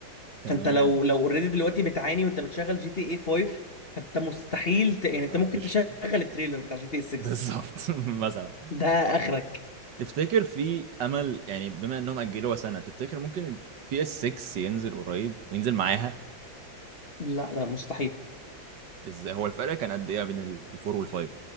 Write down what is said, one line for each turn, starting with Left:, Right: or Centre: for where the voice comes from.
Right: تمام
Left: فانت لو لو اوريدي دلوقتي بتعاني وانت بتشغل جي تي اي 5 فانت مستحيل ت... يعني انت
Right: ما
Left: ممكن
Right: فيش
Left: تشغل التريلر بتاع جي تي اي 6
Right: بالظبط <laughs> مثلا
Left: ده اخرك
Right: تفتكر في امل يعني بما انهم اجلوها سنه تفتكر ممكن البي اس 6 ينزل قريب وينزل معاها
Left: لا لا مستحيل
Right: ازاي هو الفرق كان قد ايه بين الفور والفايف